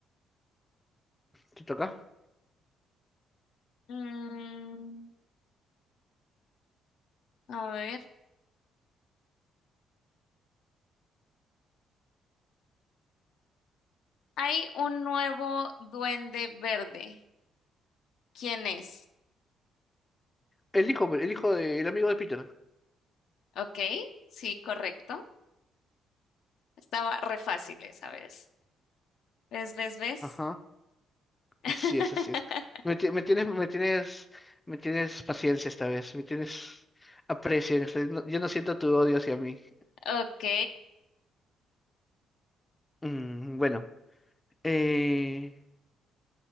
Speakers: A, on the left; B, on the left.
A: ¿Te toca?
B: Mm, a ver. Hay un nuevo duende verde. ¿Quién es?
A: El hijo, el hijo del amigo de Peter.
B: Ok, sí, correcto. Estaba re fácil esa vez. ¿Ves, ves, ves?
A: Ajá,
B: <laughs>
A: así es, así es. Me, ti- me tienes, me tienes, me tienes paciencia esta vez, me tienes aprecio en esta- no- yo no siento tu odio hacia mí.
B: Ok.
A: Mm, bueno, eh,